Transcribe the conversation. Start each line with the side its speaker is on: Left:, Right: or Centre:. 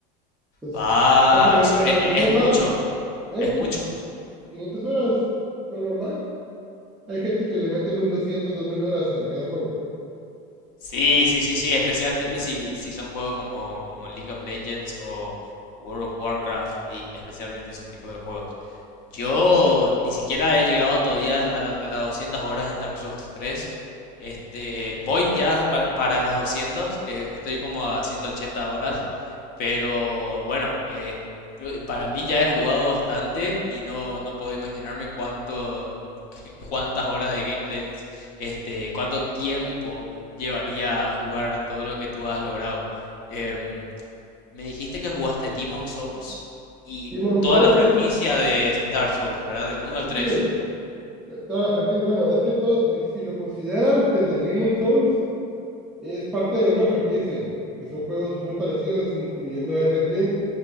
Centre: Entonces,
Left: Ah,
Centre: la, per-
Left: eso
Centre: la
Left: es,
Centre: perdición
Left: es mucho,
Centre: va, eh,
Left: es mucho.
Centre: pues 500 horas, lo normal. Hay gente que le mete mil doscientas, dos mil horas a cada juego.
Left: Sí, sí, sí, sí, especialmente si, si son juegos como, como League of Legends o World of Warcraft y especialmente esos tipos de juegos. Yo ni siquiera he llegado todavía a, la- a la- a las 200 horas en Dark Souls 3. Este, voy ya pa- para las 200, que estoy como a 180 horas, pero bueno, eh, yo- para mí ya he jugado bastante y no, no puedo imaginarme cuánto, <laughs> cuántas horas de gameplays, este, cuánto tiempo llevaría a jugar todo lo que tú has logrado. Em, me dijiste que jugaste Demon Souls y
Centre: Demon Souls
Left: toda la franquicia
Centre: es,
Left: de Dark Souls, ¿verdad? Del uno al tres.
Centre: sí, de toda la franquicia. Bueno, es que todo, si lo consideras desde el Demon Souls, Es parte de la misma franquicia, porque son juegos muy parecidos, incluyendo Elden Ring,